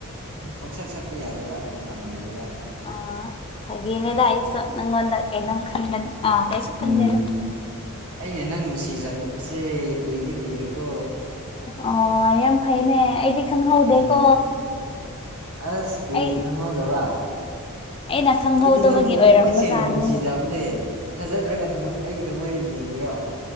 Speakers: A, on the right; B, on the left.
A: ꯄꯪꯁꯛ ꯁꯛꯄ ꯌꯥꯗꯦꯕ ꯃꯇꯝ ꯂꯩꯌꯦꯕ
B: ꯑ ꯐꯥꯒꯤꯅꯦꯗ ꯑꯩꯁꯨ ꯅꯪꯉꯣꯟꯗ ꯀꯩꯅꯣꯝ ꯈꯟꯕꯅꯤ ꯑ ꯀꯩꯁꯨ ꯈꯟꯗꯦꯗ
A: ꯎꯝ ꯑꯩꯅ ꯅꯪ ꯅꯨꯡꯁꯤꯖꯔꯛꯄꯁꯦ ꯀꯨꯏꯗꯤ ꯀꯨꯏꯔꯦꯀꯣ
B: ꯑꯣ ꯌꯥꯝ ꯐꯩꯅꯦ ꯑꯩꯗꯤ ꯈꯪꯍꯧꯗꯦꯀꯣ
A: ꯎꯝ ꯑꯁ ꯀꯔꯤꯒꯤ
B: ꯑꯩ
A: ꯈꯪꯍꯧꯗꯕ
B: ꯑꯩꯅ ꯈꯪꯍꯧꯗꯕꯒꯤ
A: ꯑꯩꯗꯤ ꯅꯪꯕꯨ ꯊꯃꯣꯏ
B: ꯑꯣꯏꯔꯝꯕ
A: ꯁꯦꯡꯅ
B: ꯖꯥꯠꯅꯤꯅꯦ
A: ꯅꯨꯡꯁꯤꯖꯕꯅꯦ ꯊꯥꯖꯗ꯭ꯔꯒ ꯊꯃꯣꯏ ꯑꯩꯒꯤ ꯊꯃꯣꯏ ꯌꯦꯡꯒꯦꯔꯣ